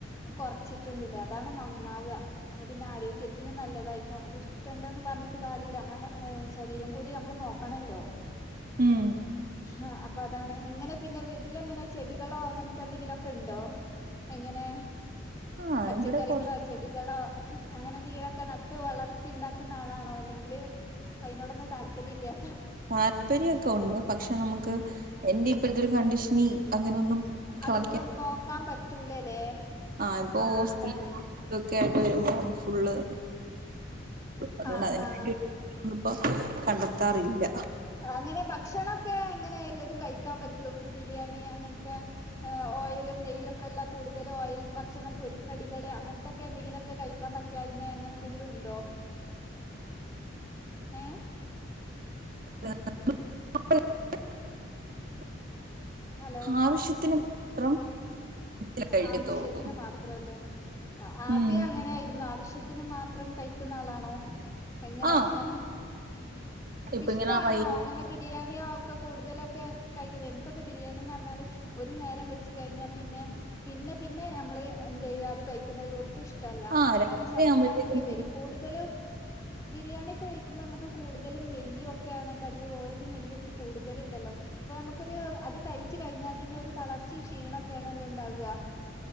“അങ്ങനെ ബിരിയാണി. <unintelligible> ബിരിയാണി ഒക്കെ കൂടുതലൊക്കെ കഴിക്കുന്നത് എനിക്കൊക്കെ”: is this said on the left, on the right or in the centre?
Left